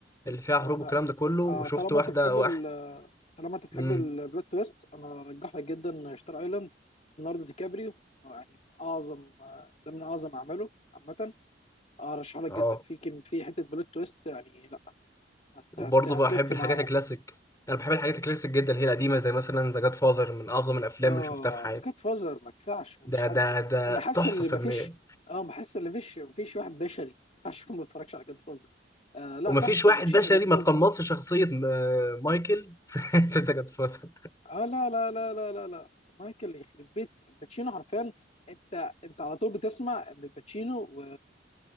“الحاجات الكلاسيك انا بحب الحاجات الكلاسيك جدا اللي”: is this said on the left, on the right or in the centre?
Left